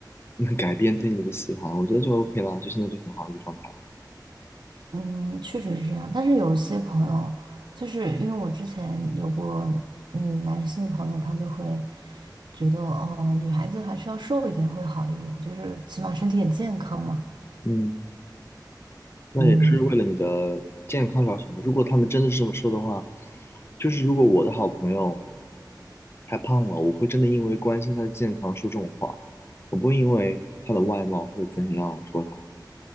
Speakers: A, on the left; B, on the right.
A: <laughs> 改变对你的喜欢，我觉得就 OK 了，就现在就很好的一个状态。
B: 嗯，确实是这样。但是有些朋友，就是因为我之前有过，嗯，男性朋友，他就会觉得，哦、女孩子还是要瘦一点会好一点，就是起码身体也健康嘛。
A: 嗯那也是为了你的健康着想的。
B: 嗯，
A: 如果他们真的是这么说的话，就是如果我的好朋友太胖了，我会真的因为关心他的健康说这种话，我不会因为他的外貌或者怎样说他。